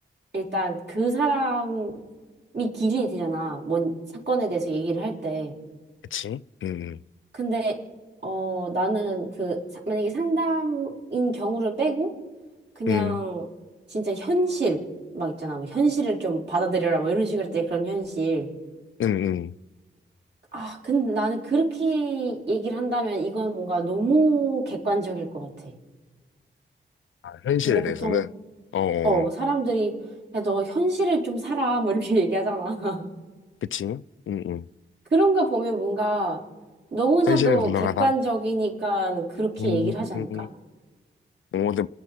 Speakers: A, on the right; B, on the left.
A: 일단 그 사람이 기준이 되잖아. 뭔 사건에 대해서 얘기를 할 때.
B: 그치? 음,
A: 근데 어 나는 그 사- 만약에 상담인 경우를 빼고 그냥
B: 음, 음,
A: 진짜 현실 막 있잖아 뭐 현실을 좀 받아들여라 뭐 이런 식으로 때 그런 현실
B: 음. 음.
A: 아 근데 나는 그렇게 얘기를 한다면 이건 뭔가 너무 객관적일 것 같아
B: 아, 현실에
A: 뭔가
B: 대해서는?
A: 보통
B: 어, 어,
A: 어
B: 어.
A: 사람들이 야 너 현실을 좀 살아 뭐 이렇게 얘기하잖아 <laughs>
B: 그치? 음, 음.
A: 그런 거 보면 뭔가 너무나도
B: 현실은 분명하다.
A: 객관적이니까 그렇게
B: 음,
A: 얘기를 하지 않을까?
B: 음. 어, 근데